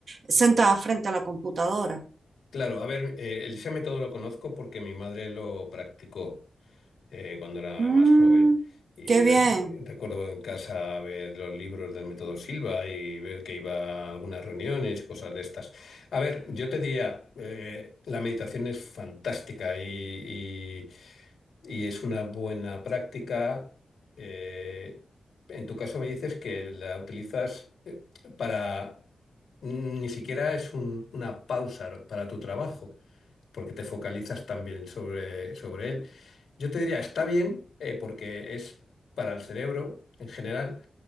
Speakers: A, on the right; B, on the left.
A: sentada frente a la computadora.
B: claro. A ver, eh, el Isame todo lo conozco porque mi madre lo practicó. eh, cuando era
A: Mm,
B: más joven. Y
A: qué
B: me-
A: bien.
B: recuerdo en casa ver los libros del método Silva y ver que iba a algunas reuniones y cosas de estas. A ver, yo te diría, eh, la meditación es fantástica y, y es una buena práctica. eh, en tu caso me dices que la utilizas eh, para... Ni siquiera es un- una pausa para tu trabajo, porque te focalizas también sobre, sobre él. Yo te diría, está bien, eh, porque es para el cerebro en general,